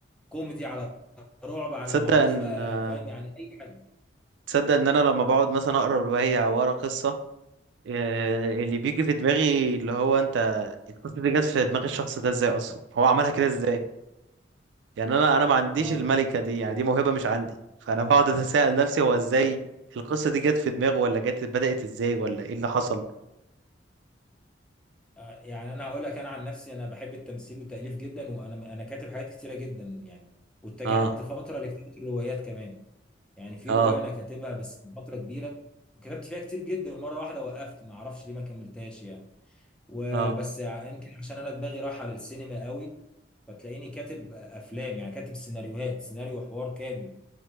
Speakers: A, in the centre; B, on the right.
A: كوميدي على رعب على
B: تصدق
A: ما عنديش
B: ان
A: بقى
B: آه،
A: فاهم يعني أي حاجة
B: تصدق ان انا لما بقعد مثلا اقرا روايه او اقرا قصه آه، اللي بيجي في دماغي اللي هو انت القصه دي جت في دماغ الشخص ده ازاي اصلا هو عملها كده ازاي يعني انا انا ما عنديش
A: آه
B: الملكه دي يعني دي موهبه مش عندي فانا <laughs> بقعد اتساءل نفسي هو ازاي القصه دي جت في دماغه ولا جت بدات ازاي ولا ايه اللي حصل
A: آه، يعني أنا هقول لك أنا عن نفسي أنا بحب التمثيل والتأليف جدا وأنا أنا كاتب حاجات كتيرة جدا يعني واتجهت
B: اه
A: فترة لكتابة الروايات كمان يعني في
B: اه
A: رواية أنا كاتبها بس فترة كبيرة وكتبت فيها كتير جدا مرة واحدة وقفت ما أعرفش ليه ما كملتهاش يعني وبس
B: اه
A: ع- يمكن عشان انا دماغي رايحه للسينما قوي فتلاقيني كاتب افلام يعني كاتب سيناريوهات سيناريو وحوار كامل